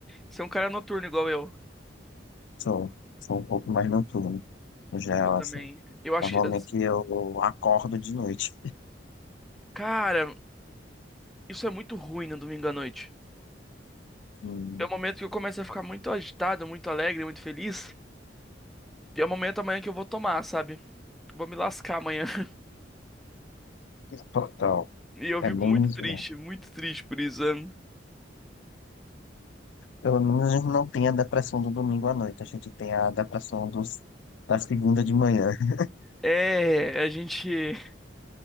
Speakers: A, in the centre; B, on the left.
A: Você é um cara noturno igual eu.
B: Sou, sou um pouco mais noturno, no geral,
A: Eu também.
B: assim.
A: Eu acho
B: Normalmente
A: que. as-
B: eu acordo de noite.
A: Cara, isso é muito ruim no domingo à noite.
B: E,
A: É o momento que eu começo a ficar muito agitado, muito alegre, muito feliz. E é o momento amanhã que eu vou tomar, sabe? Vou me lascar amanhã. <laughs>
B: total.
A: E eu
B: É
A: fico
B: bem
A: muito
B: isso,
A: triste,
B: né?
A: muito triste por isso. né?
B: Pelo menos não tem a depressão do domingo à noite. A gente tem a depressão dos, da segunda de manhã. <laughs>
A: É, a gente.